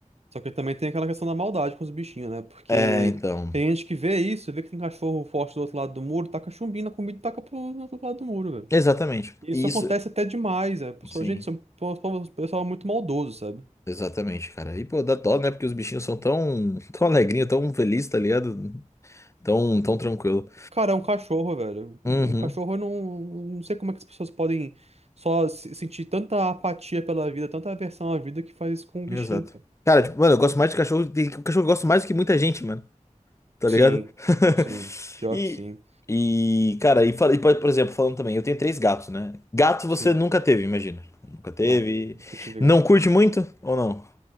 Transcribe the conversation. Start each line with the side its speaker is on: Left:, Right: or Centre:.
Right: Só que também tem aquela questão da maldade com os bichinhos, né? Porque
Left: É, então.
Right: tem gente que vê isso, vê que tem cachorro forte do outro lado do muro, taca chumbinho na comida e taca pro outro lado do muro, velho.
Left: Exatamente.
Right: E
Left: Isso,
Right: isso acontece até demais, né? A pessoa,
Left: sim.
Right: gente, isso é um- o pessoal o pessoal é muito maldoso, sabe?
Left: Exatamente, cara. E, pô, dá dó, né? Porque os bichinhos são tão, <laughs> tão alegrinhos, tão felizes, tá ligado? Tão, tão tranquilo.
Right: Cara, é um cachorro, velho. O
Left: Uhum,
Right: cachorro, eu não, não sei como é que as pessoas podem só se- sentir tanta apatia pela vida, tanta aversão à vida que faz isso com um
Left: exato.
Right: bichinho, cara.
Left: Cara, tipo, mano, eu gosto mais de cachorro. Tem um cachorro que eu gosto mais do que muita gente, mano. Tá
Right: Sim,
Left: ligado? <laughs>
Right: sim. Pior
Left: E,
Right: que sim.
Left: e cara, e, fala- e, por por exemplo, falando também, eu tenho três gatos, né? Gato você
Right: Sim.
Left: nunca teve, imagina. Nunca teve.
Right: Não, nunca tive
Left: Não
Right: gato.
Left: curte muito ou não?